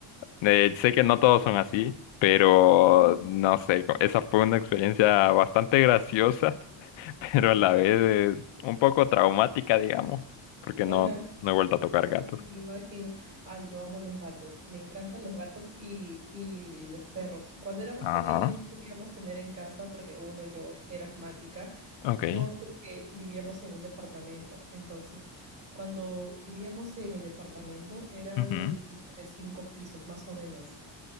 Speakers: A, on the left; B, on the right.
A: Eh, sé que no todos son así, pero
B: Ujú,
A: no sé, co- esa fue una experiencia bastante graciosa, <laughs> pero a la vez es un poco traumática, digamos, porque
B: Ajá.
A: no, no he vuelto a tocar gatos.
B: Sí, me imagino. Ay, yo amo los gatos. Me encantan los gatos y, y los perros. Cuando era más
A: Ajá.
B: pequeña no podíamos tener en casa porque uno, yo era asmática
A: Ok.
B: y dos, porque vivíamos en un departamento. Entonces, cuando vivíamos en el departamento era
A: ujú,
B: un edificio de cinco pisos más o menos.